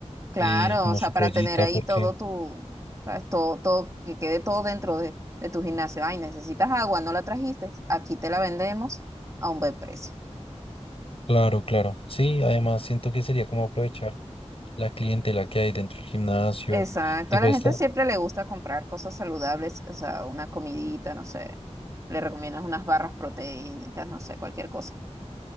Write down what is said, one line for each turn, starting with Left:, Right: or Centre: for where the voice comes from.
Right: Claro,
Left: y como
Right: o sea,
Left: su
Right: para
Left: toallita,
Right: tener ahí
Left: porque,
Right: todo tu, sabes, todo, todo, que quede todo dentro de, de tu gimnasio. Ay, necesitas agua, no la trajiste, aquí te la vendemos a un buen precio.
Left: claro, claro. Sí, además siento que sería como aprovechar la clientela que hay dentro del gimnasio,
Right: Exacto,
Left: y
Right: a
Left: pues
Right: la gente
Left: ta-
Right: siempre le gusta comprar cosas saludables, o sea, una comidita, no sé, le recomiendas unas barras proteínicas, no sé, cualquier cosa.